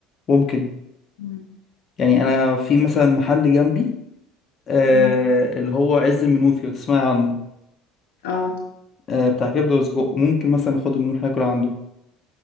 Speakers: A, on the left; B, on the left.
A: ممكن
B: مم.
A: يعني انا في مثلا محل جنبي آه،
B: مم.
A: اللي هو عز المنوفي لو تسمعي عنه
B: اه
A: آه، بتاع كبده وسجق ممكن مثلا اخده منه ناكل عنده